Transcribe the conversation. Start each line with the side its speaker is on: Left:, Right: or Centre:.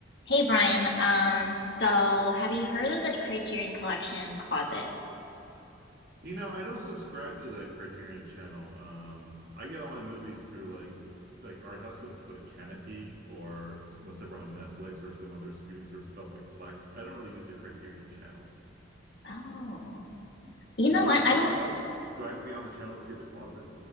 Left: Hey Brian, um, so have you heard of the Criterion Collection Closet?
Right: You know, I don't subscribe to the Criterion Channel. Um, I get all my movies through like like art house films through like Canopy or whatever on Netflix or some other streaming service stuff like Plex. I don't really use the Criterion Channel.
Left: Oh, you
Right: Is
Left: know
Right: that
Left: what?
Right: what you're
Left: I
Right: talking
Left: don't
Right: about? Do I have to be on the channel to see The Closet?